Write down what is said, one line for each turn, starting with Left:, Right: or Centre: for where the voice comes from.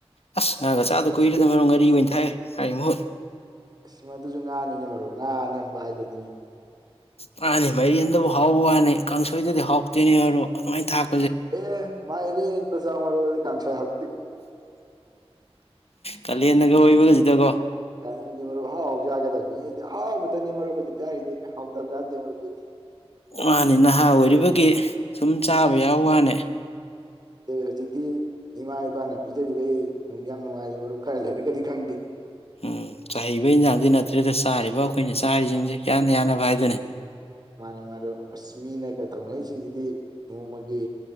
Left: ꯑꯁ ꯉꯥꯒ ꯆꯥꯗ ꯀꯨꯏꯔꯦꯗ ꯉꯝ ꯉꯔꯤ ꯑꯣꯏꯅ ꯊꯥꯏꯑꯦ ꯉꯥꯔꯤ ꯃꯍꯨꯠ
Right: ꯏꯁꯃꯗꯨꯁꯨ ꯉꯥꯅꯤꯅꯦ ꯃꯔꯣ ꯉꯥ ꯑꯅꯝꯕ ꯍꯥꯏꯗꯨ ꯑꯗꯨꯅꯤꯅꯦ
Left: ꯃꯥꯥꯅꯤ ꯃꯔꯦꯟꯗꯕꯨ ꯍꯥꯎꯕ ꯋꯥꯅꯤ ꯀꯥꯡꯁꯣꯏꯗꯗꯤ ꯍꯥꯎꯇꯣꯏꯅꯦ ꯑꯣꯏꯔꯣ ꯑꯗꯨꯃꯥꯏꯅ ꯊꯥꯛ
Right: ꯑꯦ ꯃꯥꯏꯔꯤꯟ ꯑꯣꯏ ꯀ ꯀꯥꯡꯁ ꯍꯥꯜ
Left: ꯀꯜꯂꯤ ꯑꯦꯅꯒꯦ ꯑꯣꯏꯔꯤꯕꯒꯁꯤ ꯖꯒꯣ
Right: ꯀꯥꯅꯗꯤ ꯃꯔꯨ ꯍꯥꯎ ꯆꯥꯒꯗꯕꯅꯤ ꯑꯩꯗꯤ ꯍꯥꯎꯕꯗꯅꯤ ꯃꯔꯨ ꯍꯧꯖꯤꯛ ꯆꯥꯔꯤꯗꯤꯦ ꯑꯩꯅ ꯍꯥꯎꯊꯕ ꯆꯥꯗꯦ ꯃꯔꯨ ꯀꯩꯗꯤ
Left: ꯃꯥꯅꯤ ꯅꯍꯥ ꯑꯣꯏꯔꯤꯕꯒꯤ ꯁꯨꯝ ꯆꯥꯕ ꯌꯥꯎ ꯋꯥꯅꯦ
Right: ꯑꯗꯨꯗ ꯍꯧꯖꯤꯛꯇꯤ ꯏꯃꯥ ꯏꯄꯥꯅ ꯄꯤꯖꯔꯤꯕꯩ ꯅꯨꯡ ꯌꯥꯝ ꯅꯨꯡꯉꯥꯏꯔꯤ ꯃꯔꯨꯞ ꯈꯔ ꯂꯩꯔꯒꯗꯤ ꯈꯪꯗꯦ
Left: ꯎꯝ ꯆꯩꯕ ꯏꯟꯁꯥꯡꯗꯤ ꯅꯠꯇ꯭ꯔꯦꯗ ꯆꯥꯔꯤꯕ ꯑꯩꯈꯣꯏꯅ ꯆꯥꯔꯤꯁꯤꯡꯁꯦ ꯀꯌꯥꯅ ꯌꯥꯅꯕ ꯍꯥꯏꯗꯅꯤ
Right: ꯃꯥꯅꯦ ꯃꯥꯗꯣ ꯑꯁ ꯃꯤꯅ ꯇꯧꯅꯔꯤꯁꯤꯡꯁꯤꯗꯤ ꯅꯣꯡꯃꯒꯤ